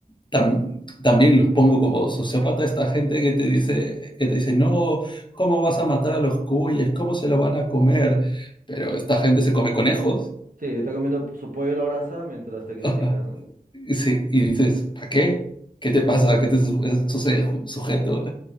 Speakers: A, on the left (about 35°); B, on the right (about 70°).
A: tam- también los pongo como sociópata a esta gente que te dice, que te dice, no, ¿cómo vas a matar a los cuyes? ¿Cómo se lo van a comer? Pero esta gente se come conejos.
B: Sí, está comiendo su pollo a la brasa mientras te critican.
A: <laughs> Y, sí, y dices, ¿para qué? ¿Qué te pasa? ¿Qué te su- eh, sucede, ju- sujeto?